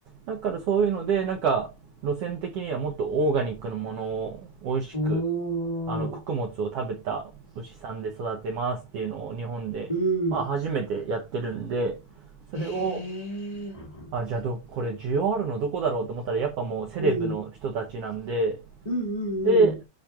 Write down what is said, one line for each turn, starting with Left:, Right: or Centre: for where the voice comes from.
Right: だからそういうので、なんか、路線的にはもっとオーガニックのものを美味しく
Left: おお、
Right: あの、穀物を食べた牛さんで育てますっていうのを日本で、
Left: うん。
Right: まあ初めてやってるんで、それを、
Left: ええ
Right: あ、じゃあど、これ需要あるのどこだろうと思ったら、やっぱもうセレブの人たちなんで、
Left: うんうんうん
Right: で、